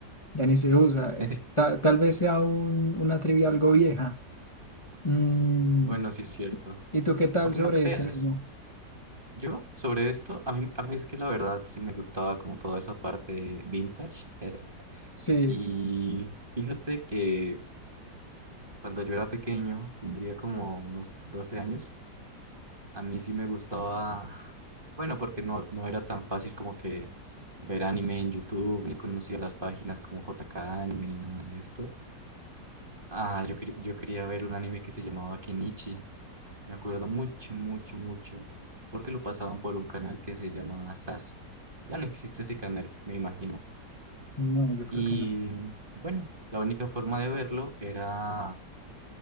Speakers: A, on the left; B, on the right.
A: ya ni se usa. Eh,
B: <laughs>
A: ta- tal vez sea un- una trivia algo vieja. Mm,
B: Bueno, sí es cierto.
A: ¿y tú qué tal
B: Aunque
A: sobre
B: no creas.
A: ese mismo?
B: Yo, sobre esto, a mí, a mí es que la verdad sí me gustaba como toda esa parte vintage. <laughs>
A: Sí.
B: Y fíjate que cuando yo era pequeño, tendría como unos 12 años, a mí sí me gustaba, bueno, porque no, no era tan fácil como que ver anime en YouTube, ni conocía las páginas como J K Anime ni nada de esto. Ah, yo, quer- yo quería ver un anime que se llamaba Kenichi. Me acuerdo mucho, mucho, mucho, porque lo pasaban por un canal que se llama SAS. Ya no existe ese canal, me imagino.
A: No, yo creo
B: Y
A: que no.
B: bueno, la única forma de verlo era